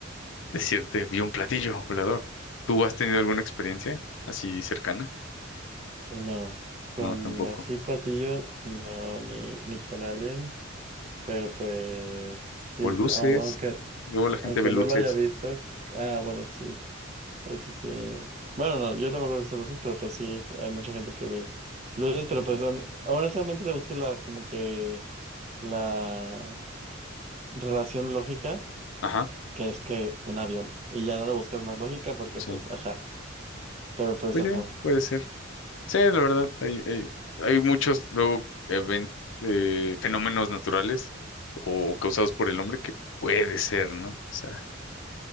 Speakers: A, on the left; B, on the right.
A: decirte, vi un platillo volador. ¿Tú has tenido alguna experiencia así cercana?
B: No, con
A: No, tampoco.
B: así platillos, no, ni, ni con aliens, pero pues sí,
A: O luces,
B: au- aunque,
A: luego la gente
B: aunque
A: ve luces.
B: no lo haya visto, ah, bueno, sí, eso sí. Bueno, no, yo tampoco he visto luces, pero pues sí, hay mucha gente que ve luces, pero
A: Ujú.
B: pues hon- honestamente le busco la, como que la relación lógica,
A: Ajá,
B: que es que un avión, y ya no le buscas más lógica porque
A: sí.
B: pues, ajá. Pero pues,
A: Pues
B: ajá.
A: sí, puede ser. Sí, la verdad, hay, hay, hay muchos luego even- eh, fenómenos naturales o causados por el hombre que puede ser, ¿no? O sea,